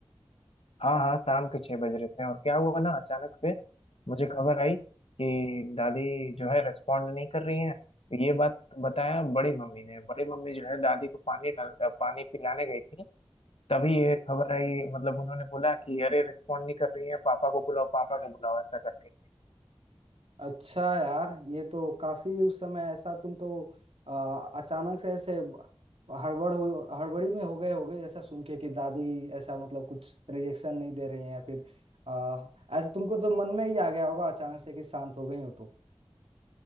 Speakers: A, on the left; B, on the right.
A: हाँ हाँ शाम के छः बज रहे थे और क्या हुआ ना अचानक से मुझे खबर आई कि दादी जो है रिस्पॉन्ड नहीं कर रही है तो ये बात बताया बड़ी मम्मी ने बड़ी मम्मी जो है दादी को पानी डाल पानी पिलाने गई थी तभी ये खबर आई मतलब उन्होंने बोला कि अरे रिस्पॉन्ड नहीं कर रही है पापा को बुलाओ पापा को बुलाओ ऐसा करके
B: अच्छा यार ये तो काफी उस समय ऐसा तुम तो आ, अचानक से ऐसे हड़बड़ हुई- हड़बड़ी में हो गए होगे ऐसा सुन के कि दादी ऐसा मतलब कुछ रिएक्शन नहीं दे रही हैं या फिर आ, ऐसा तुमको तो मन में ही आ गया होगा अचानक से कि शांत हो गई हो तो